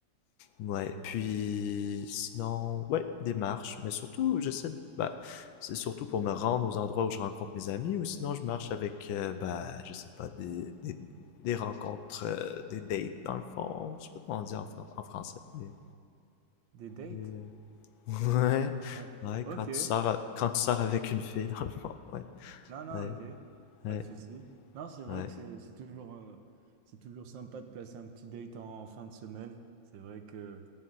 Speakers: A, on the left; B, on the right.
A: ouais. Puis, sinon, ouais, des marches. Mais surtout, j'essaie de, bah, c'est surtout pour me rendre aux endroits où je rencontre mes amis ou sinon je marche avec, euh, bah, je sais pas, des, des, des rencontres, euh, des dates dans le fond. Je sais pas comment on dit en, fran- en français. Des,
B: <laughs> Des dates?
A: des, euh, Ouais.
B: Euh,
A: Ouais,
B: Ok.
A: quand tu sors, a- quand tu sors avec une fille, dans le fond. Ouais,
B: Non, non,
A: ouais,
B: ok. Pas
A: ouais,
B: de souci. Non, c'est vrai
A: ouais.
B: que c'est c'est toujours, euh, c'est toujours sympa de placer un petit date en, en fin de semaine. C'est vrai que